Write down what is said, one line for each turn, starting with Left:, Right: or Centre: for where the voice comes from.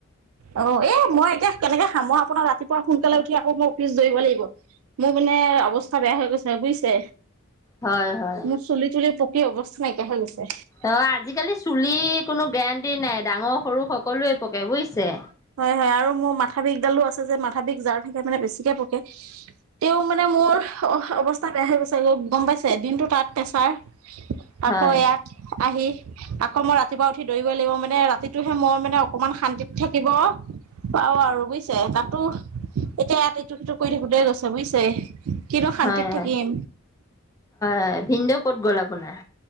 Right: অ', এ মই এতিয়া কেনেকে খাম আপোনাৰ ৰাতিপুৱা সোনকালে উঠি আকৌ মোৰ অফিচ ধৰিব লাগিব। মোৰ মানে অৱস্থা বেয়া হৈ গৈছে বুজিছে।
Left: হয় হয়
Right: মোৰ চুলি তুলি পকী অৱস্থা নাইকিয়া হৈ গৈছে।
Left: অ', আজিকালি চুলিৰ কোনো গেৰাণ্টি নাই ডাঙৰ সৰু সকলোৱে পকে বুজিছে।
Right: হয়, হয় আৰু মোৰ মাথা বিষডালো আছে যে মাথা বিষ যাৰ থাকে মানে বেছিকে পকে। তেওঁ মানে মোৰ অ', অৱস্থা বেয়া হৈ গৈছে গ'ম পাইছে দিনতটো তাত পেছাৰ।
Left: হয়
Right: আকৌ ইয়াত। আহি আকৌ মই ৰাতিপুৱা উঠি দৌৰিবই লাগিব মানে ৰাতিটোহে মোৰ মানে অকমান শান্তিত থাক থাকিব পাওঁ আৰু বুজিছে তাতো এতিয়া ইয়াত এইটো সিটো কৰি থাকোঁতে গৈছে বুজিছে। কিনো শান্তিত
Left: হয়, হয়,
Right: থাকিম
Left: হয়, হয় ভিনদেউ ক'ত গ'ল আপোনাৰ।